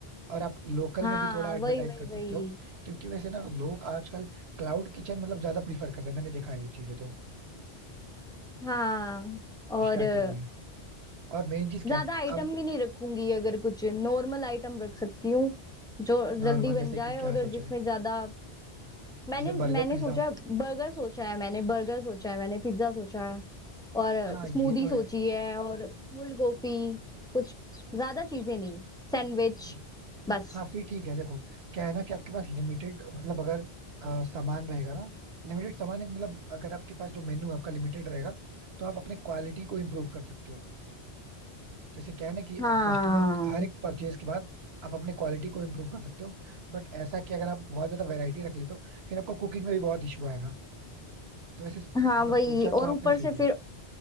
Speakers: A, on the right; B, in the centre.
A: और आप लोकल
B: हाँ
A: में भी थोड़ा एडवर्टाइज
B: वही वही
A: कर
B: वही
A: सकते हो क्योंकि वैसे ना लोग आजकल क्लाउड किचन मतलब ज्यादा प्रीफर कर रहे हैं मैंने देखा है ये चीजें तो
B: हाँ और
A: स्टार्टिंग
B: अ,
A: में और मेन चीज
B: ज्यादा
A: क्या है
B: आइटम
A: अब
B: भी नहीं रखूंगी अगर कुछ नॉर्मल आइटम रख सकती हूँ जो
A: नॉर्मल
B: जल्दी बन
A: जैसे
B: जाए
A: कि क्या
B: और
A: सोचा
B: जिसमें
A: है
B: ज्यादा मैंने
A: जैसे
B: मैंने
A: बर्गर पिज्जा
B: सोचा बर्गर सोचा है मैंने बर्गर सोचा है मैंने पिज्जा सोचा है और
A: हाँ
B: स्मूदी
A: ये तो है
B: सोची है और कोल्ड कॉफी कुछ ज्यादा चीजें नहीं सैंडविच
A: हाँ।
B: बस
A: हाँ फिर ठीक है देखो क्या है ना कि आपके पास लिमिटेड मतलब अगर अ, सामान रहेगा ना लिमिटेड सामान है, मतलब अगर आपके पास जो मेन्यू आपका लिमिटेड रहेगा तो आप अपने क्वालिटी को इम्प्रूव कर सकते हो जैसे क्या है ना कि
B: हाँ
A: कस्टमर हर एक परचेज के बाद आप अपने क्वालिटी को इम्प्रूव कर सकते हो बट ऐसा कि अगर आप बहुत ज्यादा वैरायटी रख लेते हो फिर आपको कुकिंग में भी बहुत इशू आएगा तो ऐसे
B: हाँ
A: मतलब
B: वही
A: सोचा
B: और
A: तो आपने
B: ऊपर
A: सही
B: से फिर
A: है